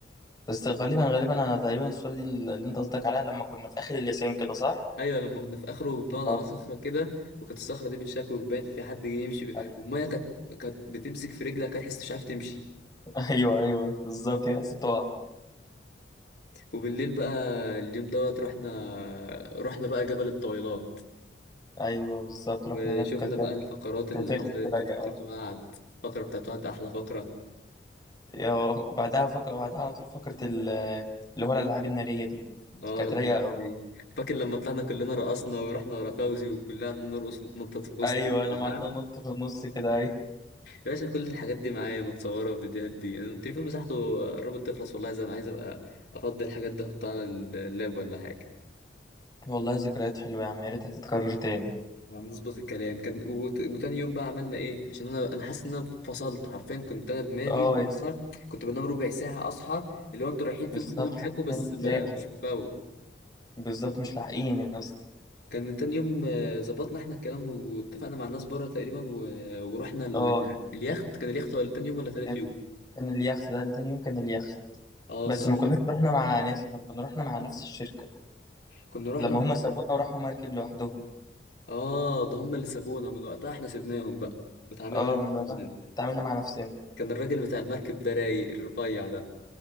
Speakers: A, on the left (about 20°); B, on the left (about 65°).
A: بس غالبا غالبا انا تقريبا الصوره دي اللي انت قصدك عليها لما كنا في اخر اللسان كده صح
B: ايوه لما كنا في اخره بنقعد
A: اه
B: على صخره كده وكانت الصخره دي بتشكوك باين ففي حد جاي يمشي ب...
A: أي-
B: والميه كانت كانت بتمسك في رجلك كانت تحس مش عارف تمشي
A: <laughs> ايوه ايوه بالظبط كده حسيت بتقع
B: وبالليل بقى اليوم دوت رحنا رحنا بقى جبل الطويلات
A: ايوه بالظبط
B: وشفنا
A: رحنا هناك وكانت فيها-
B: بقى الفقرات اللي
A: كانت فاكر
B: حصلت
A: رايقه
B: وفقرة
A: اه
B: وعد الفقرة بتاعت وعد أحلى فقرة
A: يا- وبعدها فكر وبعدها على طول فكره ال- اللي هو الالعاب الناريه دي
B: اه
A: كانت
B: الأماكن
A: رايقه قوي
B: دي فاكر لما طلعنا كلنا رقصنا ورحنا ورا فوزي وكلنا قعدنا نرقص ونتنطط في وسط
A: ايوه
B: البتاع
A: لما قعدنا ننط في النص كده ايوه
B: يا باشا كل الحاجات دي معايا متصورة والفيديوهات دي أنا التليفون مساحته قربت تخلص والله زي ما عايز أبقى أفضي الحاجات دي أحطها على اللاب ولا حاجة
A: والله ذكريات حلوه يا عم يا ريتها تتكرر تاني
B: هنظبط الكلام كان وت... وتاني يوم بقى عملنا إيه عشان أنا أنا حاسس إن أنا فصلت حرفيا كنت أنا دماغي
A: اه
B: وقتها
A: يا اسطى
B: كنت بنام ربع ساعة أصحى اللي هو أنتوا رايحين
A: بالظبط
B: فين خدونا معاكم
A: عشان
B: بس ما
A: تلاقي
B: مش مفوق
A: بالظبط مش لاحقين يا اسطى
B: كان تاني يوم آه، ظبطنا احنا الكلام واتفقنا مع الناس بره تقريبا و... ورحنا ال...
A: اه
B: اليخت كان اليخت ولا تاني يوم ولا تالت
A: كان
B: يوم
A: كان اليخت ده اللي تاني يوم كان اليخت
B: اه
A: بس
B: صح
A: ما كناش رحنا مع ناس احنا كنا رحنا مع نفس الشركة
B: كنا رحنا
A: لما هم سابونا وراحوا مركب لوحدهم
B: اه ده هم اللي سابونا من وقتها احنا سيبناهم بقى وتعاملنا
A: اه
B: إحنا
A: من بعدها
B: لوحدنا.
A: اتعاملنا مع نفسنا
B: كان الراجل بتاع المركب ده رايق الرفيع ده